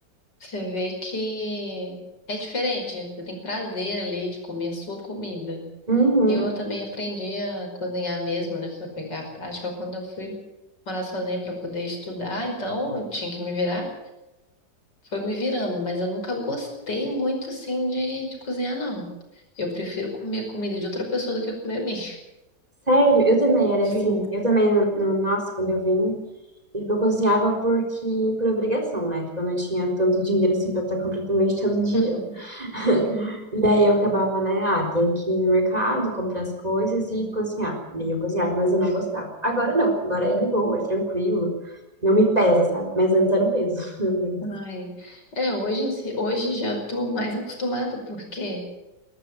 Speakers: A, on the left; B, on the right.
A: Você vê que é diferente. Você tem prazer ali de comer a sua comida.
B: Uhum.
A: Eu também aprendi a cozinhar mesmo, né? Pra pegar a prática quando eu fui morar sozinha para poder estudar. Então, eu tinha que me virar. Foi me virando, mas eu nunca gostei muito, sim, de, de cozinhar, não. Eu prefiro comer a comida de outra pessoa do que comer a minha.
B: Sério, eu também era
A: Sim,
B: assim. Eu também, no, no- nossa, quando eu vim, tipo, eu cozinhava porque, por obrigação, né? Tipo, eu não tinha tanto dinheiro assim pra estar comprando lanche todo dia.
A: <laughs>
B: <laughs>
A: sim.
B: E aí eu acabava, né? Ah, tem que ir no mercado, comprar as coisas e cozinhar. E aí eu cozinhava, mas eu não gostava. Agora não, agora é de boa, é tranquilo. Não me pesa, sabe? Mas antes era um peso, <laughs> meu Deus.
A: Ai, é, hoje, em si- hoje já estou mais acostumada, porque